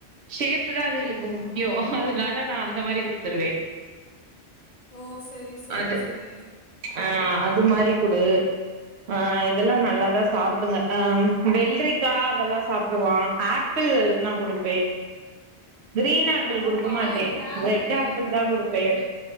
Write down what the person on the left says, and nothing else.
ஆ
ஓ சரி சரி
சரி
அதா
காய்
கேரட்டு
வெ